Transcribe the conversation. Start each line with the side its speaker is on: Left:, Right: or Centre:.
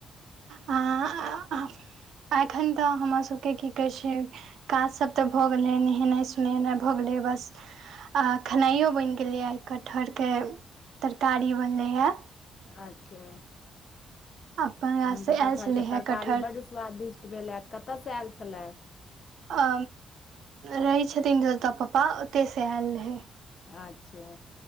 Right: आँ एखन तऽ हमर सभके की कहैत छै। काजसभ तऽ भऽ गेलै, नहेनाइ -सोनेनाइ भऽ गेलै बस। आ खेनाइओ बनि गेलैए, कटहरके तरकारी बनलैए।
Left: अच्छा!
Right: अपन
Left: तहन
Right: गाछसँ
Left: तऽ कटहरके
Right: आयल छलै
Left: तरकारी
Right: हे कटहर
Left: बड्ड स्वादिष्ट भेल हेत, कतयसँ आयल छलए।
Right: अ रहै छथिन जतऽ पप्पा, ओतय से आयल रहय।
Left: अच्छा!